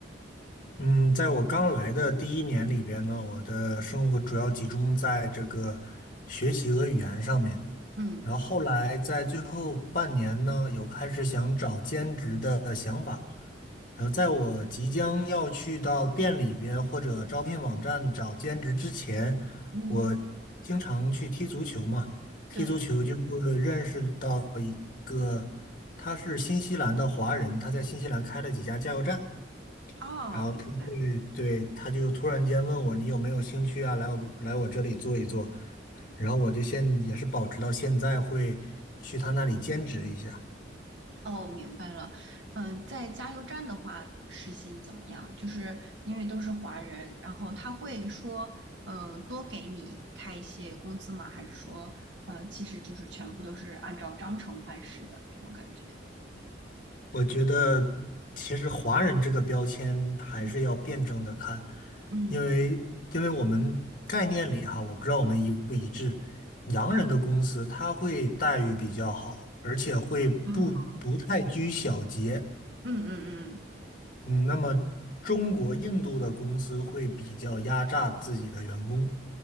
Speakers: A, on the left; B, on the right.
A: 嗯，在我刚来的第一年里边呢，我的生活主要集中在这个学习和语言上面。
B: 嗯
A: 然后后来在最后半年呢，有开始想找兼职的想法。然后在我即将要去到店里边或者招聘网站找兼职之前，
B: 嗯，
A: 我经常去踢足球嘛，踢足球就会认识到一个，
B: 对。
A: 他是新西兰的华人，他在新西兰开了几家加油站。
B: 哦，
A: 然后他对对，
B: 明白。
A: 他就突然间问我你有没有兴趣啊，来我来我这里做一做，然后我就现也是保持到现在会去他那里兼职一下。
B: 哦，明白了。嗯，在加油站的话，时薪怎么样？就是因为都是华人，然后他会说，嗯，多给你开一些工资吗？还是说，呃，其实就是全部都是按照章程办事的这种感觉？
A: 我觉得其实华人这个标签还是要辩证的看，
B: 嗯嗯，
A: 因为因为我们概念里哈，我不知道我们一不一致，洋人的公司他会待遇比较好，而且会不不太拘小节。
B: 哦，嗯嗯
A: 嗯，那么中国、印度的公司会比较压榨自己的员工。